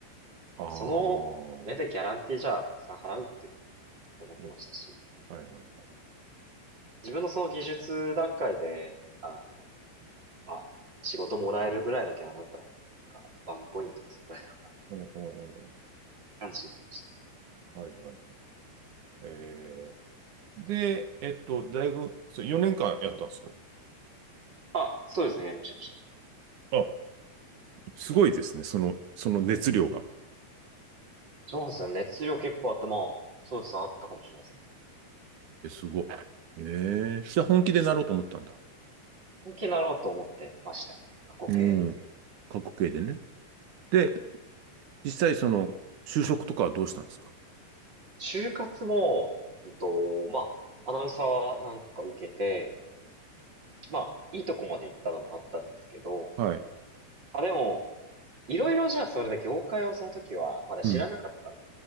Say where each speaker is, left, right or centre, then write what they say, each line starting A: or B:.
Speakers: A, on the right; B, on the right.
A: ああ、う
B: その上でギャランティーじゃあたくさん払うっていうと思ってましたし、
A: んはいはい。
B: 自分のその技術段階で、あの、まあ、仕事もらえるぐらいのギャラだったら、本当なんか、ワンコインとかそこらいだろうな、って
A: うんうんうん
B: 感じで言ってました。
A: はいはい。えーで、えっと、大学、そう4年間やったんですか
B: あ、そうですね、やりました、やりました。
A: あ、すごいですね。その、その熱量が。
B: そうですよね。熱量結構あって、まあ、そうですね、あったかもしれないですね。
A: え、すごい。ええじゃあ本気でなろうと思ったんだ。
B: 本気になろうと思ってました。過去形ですけど。
A: うん。過去形でね。で、実際その、就職とかはどうしたんですか
B: 就活も、うんと、まあ、アナウンサーは何個か受けて、まあ、いいとこまで行ったのもあったんですけど、
A: はい。
B: あ、でも、いろいろじゃあそれで業界をその時はまだ知らなかったので、
A: うん、